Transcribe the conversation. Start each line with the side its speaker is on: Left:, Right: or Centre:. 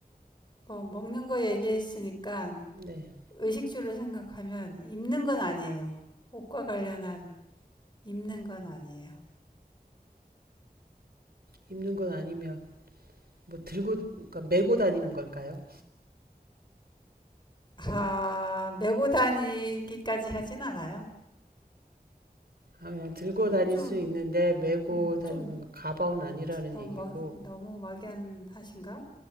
Left: 뭐 먹는 거 얘기했으니까
Right: 네,
Left: 의식주를 생각하면 입는 건 아니에요. 옷과 관련한 입는 건 아니에요.
Right: 입는 건 아니면, 뭐, 들고, 그러니까 메고 다니는 걸까요?
Left: 아, 메고 다니기까지 하진 않아요.
Right: 아, 그냥 들고
Left: 그
Right: 다닐
Left: 좀,
Right: 수 있는데 메고
Left: 음,
Right: 다니는
Left: 좀
Right: 건 가방은 아니라는
Left: 너무
Right: 얘기고.
Left: 뭐, 너무 막연하신가?